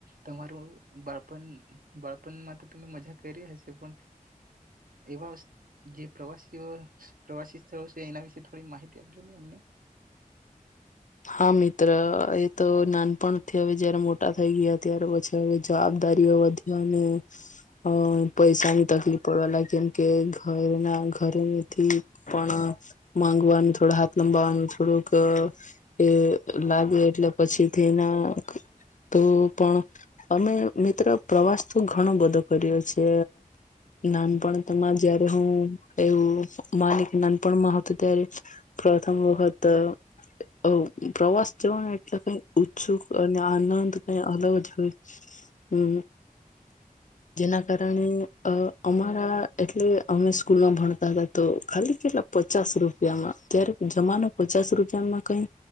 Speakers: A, on the right; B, on the left.
A: તમારું બાળપણ બાળપણમાં તો તમે મજા કરી હશે. પણ એવા જે પ્રવાસીઓ પ્રવાસી સ્થળો છે એના વિશે થોડી માહિતી આપજો. નહીં અમને.
B: હા, મિત્ર. તો નાનપણથી હવે જયારે મોટા થઈ ગયા ત્યારે પછી હવે જવાબદારીઓ વધી અને એ પૈસાની તકલીફ પડવા લાગી. કેમ કે ઘરના ઘરેથી પણ માંગવાનું થોડું હાથ લંબાવવાનું થોડુંક. એ. લાગે એટલે પછી. તેના. તો પણ અમે મિત્ર પ્રવાસ તો ઘણો બધો. કર્યો છે. નાનપણમાં જયારે હું એવું માની કે નાનપણમાં હતું ત્યારે પ્રથમ વખત. અ પ્રવાસ જવાનો એટલે કંઈ ઉત્સુક અને આનંદ કંઈ અલગ જ હોય. હમ. જેના કારણે. અ અમારા એટલે અમે સ્કૂલમાં ભણતા હતા. તો ખાલી કેટલા પચાસ રૂપિયામાં ત્યારે. જમાનો પચાસ રૂપિયામાં કંઈ.